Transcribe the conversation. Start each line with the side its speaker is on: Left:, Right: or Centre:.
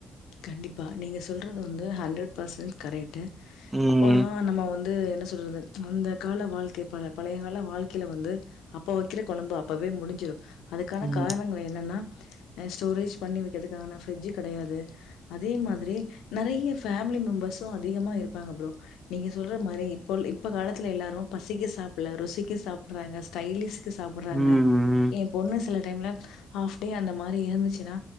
Left: கண்டிப்பா நீங்க சொல்றது வந்து ஹண்ட்ரட் பசன்ட கரெக்ட் ங்க
Right: ம்.
Left: அப்போல்லா நம்ம வந்து என்ன சொல்றது அந்த கால வாழ்க்கை பழ பழைய கால வாழ்க்கையில வந்து அப்ப வைக்கிற கொழம்பு அப்பவே முடிஞ்சிடும் அதுக்கான
Right: ம்.
Left: காரணங்கள் என்னன்னா ‌அ ஸ்டோரேஜ் பண்ணி வைக்கிறதுக்காகான ஃப்ரிட்ஜ் கிடையாது அதே மாதிரி நெறய ஃபேமிலி மெம்பர்ஸும் அதிகமா இருப்பாங்க ப்ரோ நீங்க சொல்ற மாரி இப்போ இப்ப காலத்துல எல்லாரூ பசிக்கு சாப்பட்ல ருசிக்கு சாப்பற்றாங்க ஸ்டைலிஷ்கு சாப்பட்றாங்க
Right: ம்.
Left: ஏ பொண்ணு சில டைம்ல ஹாஃப் டே அந்த மாதிரி இருந்துச்சுன்னா